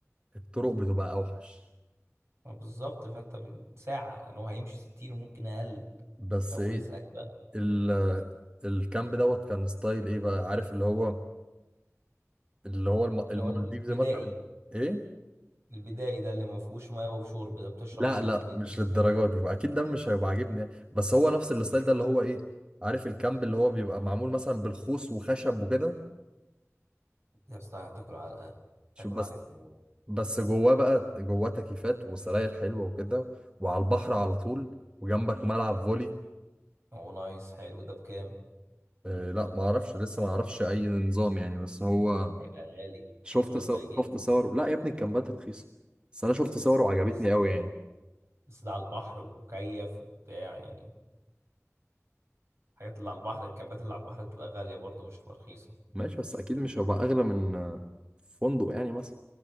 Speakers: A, on the right (about 20°); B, on the right (about 60°).
A: الطرق بتبقى اوحش
B: ما بالظبط فانت ب- ساعة ان هو هيمشي 60 وممكن اقل
A: بس
B: انت ورزقك
A: ايه
B: بقى
A: ال الكامب دوت كان ستايل ايه بقى عارف اللي هو اللي هو الم-
B: اللي
A: المالديفز
B: هو البدائي
A: مثلا ايه
B: البدائي ده اللي ما فيهوش ميه وشرب ده بتشرب
A: لا
B: من
A: لا
B: من
A: مش
B: من
A: للدرجه
B: الترعة.
A: دي واكيد ده مش هيبقى عاجبني يعني. بس هو نفس الستايل ده اللي هو ايه عارف الكامب اللي هو بيبقى معمول مثلا بالخوص وخشب وكده
B: يا اسطى هتاكل علقة
A: شوف
B: تاكل
A: بس
B: علقة موت
A: بس جواه بقى جواه تكييفات وسراير حلوه وكده وعلى البحر على طول وجنبك ملعب فولي
B: هو نايس حلو ده بكام
A: آه لا ما اعرفش لسه ما اعرفش اي نظام يعني بس هو
B: هيبقى غالي
A: شفت
B: هيبقى
A: صور
B: غالي جامد
A: شفت صور لا يا ابني الكامبات رخيصه بس انا شفت صور وعجبتني
B: بس
A: قوي يعني
B: بس ده على البحر ومكيف وبتاع يعني الحاجات اللي على البحر الكامبات اللي على البحر بتبقى غالية برضه مش بتبقى رخيصة
A: ماشي بس اكيد مش هيبقى اغلى من آه، فندق يعني مثلا